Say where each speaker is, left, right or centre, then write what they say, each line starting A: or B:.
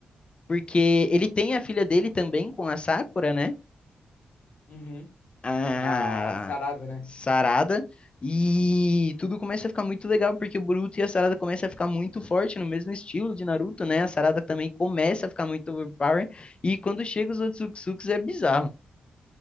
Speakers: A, on the left (about 35°); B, on the left (about 65°).
A: porque ele tem a filha dele também com a Sakura, né?
B: Uhum.
A: a
B: Ah, sarada, né?
A: Sarada e tudo começa a ficar muito legal porque o Boruto e a Sarada começam a ficar muito forte no mesmo estilo de Naruto, né? A Sarada também começa a ficar muito overpower e quando chega os Otsutsuki é bizarro.